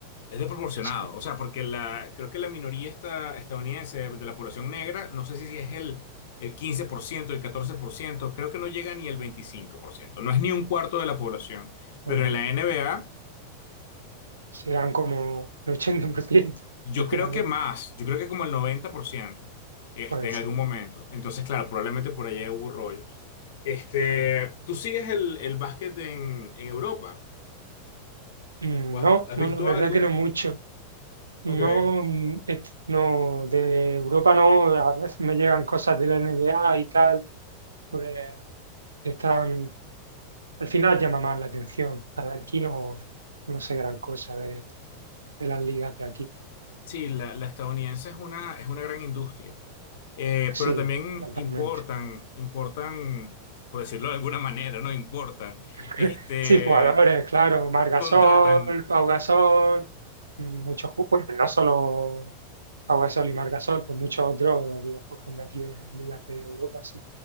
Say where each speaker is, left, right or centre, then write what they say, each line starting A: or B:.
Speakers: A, on the left; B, on the right.
A: es desproporcionado.
B: Sí.
A: O sea, porque la, creo que la minoría esta- estadounidense de la población negra, no sé si es el, el 15%, el 14%, creo que no llega ni el 25%. No es ni un cuarto de la población.
B: Ajá.
A: Pero en la NBA,
B: Serán como el 80%
A: yo
B: de jugador.
A: creo que más, yo creo que como el 90% este,
B: Puede
A: en
B: ser,
A: algún momento. Entonces, claro, probablemente por allá hubo rollos. Este,
B: claro.
A: ¿tú sigues el, el básquet en, en Europa?
B: Mm,
A: ¿O has,
B: No,
A: has
B: no,
A: visto
B: no, la verdad
A: algo?
B: que no mucho. No,
A: Ok.
B: mm, et- no, de Europa no, a veces me llegan cosas de la NBA y tal, pues, que están, al final llama más la atención. La de aquí no, no sé gran cosa de, de las ligas de aquí.
A: Sí, la, la estadounidense es una, es una gran industria. Eh,
B: Sí,
A: pero también
B: totalmente.
A: importan, importan, por decirlo de alguna manera, ¿no? Importan.
B: <laughs>
A: Este,
B: Sí, jugadores, claro, Marc Gasol,
A: contratan,
B: Pau Gasol, muchos, ju- bueno, no solo Pau Gasol y Marc Gasol, pues muchos otros los cogen de aquí de ligas de Europa, sí.